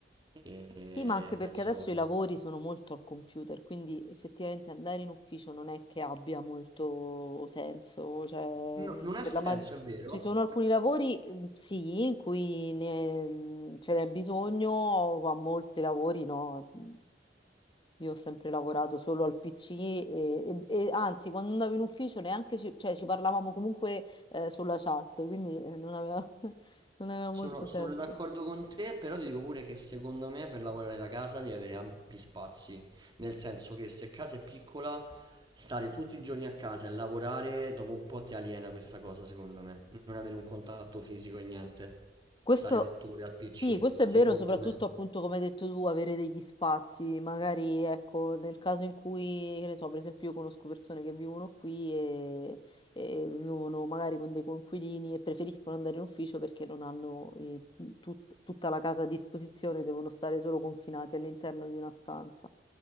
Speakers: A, on the right (about 25°); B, on the left (about 25°).
A: e
B: Sì, ma anche perché
A: penso...
B: adesso i lavori sono molto al computer, quindi effettivamente andare in ufficio non è che abbia molto senso. Cioè,
A: No,
B: mh,
A: non ha
B: per
A: senso,
B: la mag-
A: è vero.
B: ci sono alcuni lavori, mh, sì, in cui ne- mh, ce n'è bisogno, ma molti lavori no. mm. Io ho sempre lavorato solo al PC e, e- e anzi, quando andavo in ufficio neanche ci, cioè, ci parlavamo comunque eh, sulla chat, quindi eh, non aveva, <laughs> non aveva
A: Sono,
B: molto senso.
A: sono d'accordo con te, però ti dico pure che secondo me per lavorare da casa devi avere ampi spazi. Nel senso che se casa è piccola, stare tutti i giorni a casa e lavorare, dopo un po' ti aliena questa cosa, secondo me. Non avere un contatto fisico e niente.
B: Questo,
A: Stare otto ore al PC,
B: sì, questo
A: secondo
B: è vero, soprattutto
A: me.
B: appunto come hai detto tu, avere degli spazi, magari ecco, nel caso in cui, che ne so, per esempio io conosco persone che vivono qui e, e vivono magari con dei coinquilini e preferiscono andare in ufficio perché non hanno eh, tut- tutta la casa a disposizione, devono stare solo confinati all'interno di una stanza.